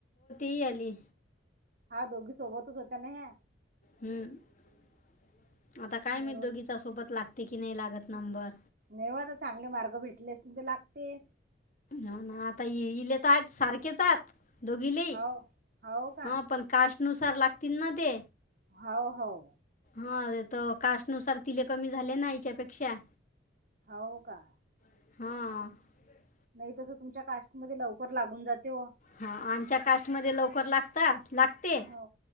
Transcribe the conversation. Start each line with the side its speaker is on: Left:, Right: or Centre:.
Left: ती आली
Right: हा दोघी सोबतच होत्या ना ह्या
Left: हम्म आता काय
Right: बरोबर
Left: माहीत दोघीचा सोबत लागते कि नाही लागत नंबर
Right: नाहीेव आता चांगले मार्ग भेटले असते तर लागते
Left: हो ना आता इले तर आहेत सारखेचात दोघीलेही
Right: हो हो का
Left: हा पण कास्टनुसार लागतील ना ते
Right: हाऊ हाऊ
Left: हा तो कास्टनुसार तिले कमी झाले ना याच्यापेक्षा
Right: होउ का
Left: हा
Right: नाही तस तुमच्या कास्टमध्ये‌लवकर लागून जाते ओ
Left: हा आमच्या कास्टमध्ये लवकर लागतात लागते
Right: हो